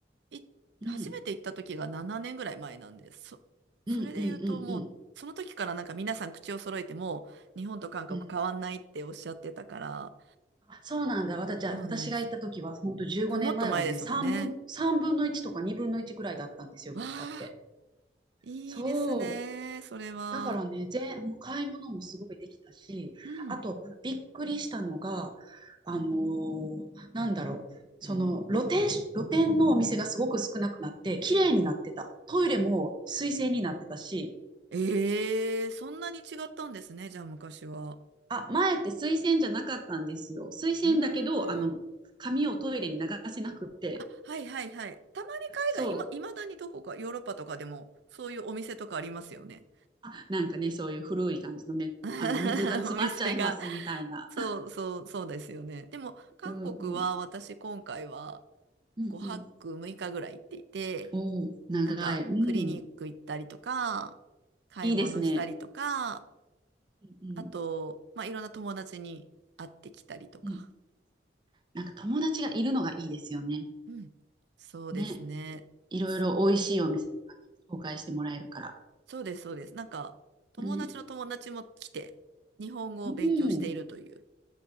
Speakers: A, on the right; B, on the right.
A: い、
B: う、
A: 初めて行った時が7年ぐらい前なんです。
B: うん、
A: そ、それで言うともう、
B: うん、うん、うん、うん。
A: その時からなんか皆さん口を揃えてもう日本と韓国変わんないっておっしゃってたから、
B: うんあそうなんだ。私は、
A: そうなんです。
B: 私が行った時は、本当15年前はね、
A: もっと前ですもんね。
B: 3分、3分の1とか2分の1ぐらいだったんですよ、
A: わあ、
B: 物価って。
A: いいですね。
B: そう。
A: それは。
B: だからね、全、もう買い物もすごいできたし、
A: うん。
B: あと、びっくりしたのが、あのーなんだろう、その露店、露店のお店がすごく少なくなって、綺麗になってた。トイレも水洗になってたし、
A: ええそんなに違ったんですね、じゃあ昔は。
B: あ、前って水洗じゃなかったんですよ。水洗だけど、
A: うーん。
B: あの、紙をトイレに流せなくって、
A: あ、はいはいはい。たまに海外、
B: そう、
A: 今、いまだにどこか、ヨーロッパとかでも、そういうお店とかありますよね。
B: あ、なんかね、そういう古い感じのね、
A: <laughs>
B: あの、水が詰まっちゃいますみたいな。
A: お店が。そうそう、そうですよね。でも、韓国は私今回は
B: うんうん。うんうん。
A: 5泊6日ぐらい行っていて、
B: おお、長い。
A: なんか、
B: う
A: クリニック行ったりとか、
B: ん。
A: 買い物したりとか、
B: いいですね。うん。
A: あと、まあ、いろんな友達に会ってきたりとか。
B: うん。なんか友達がいるのがいいですよね。
A: うん。そうですね。
B: ね。いろいろ美味しいお店
A: す、
B: 紹介してもらえるから。
A: そうです、そうです。なんか、友達の友達も来て、
B: ね。
A: 日本語を勉強しているという
B: うん。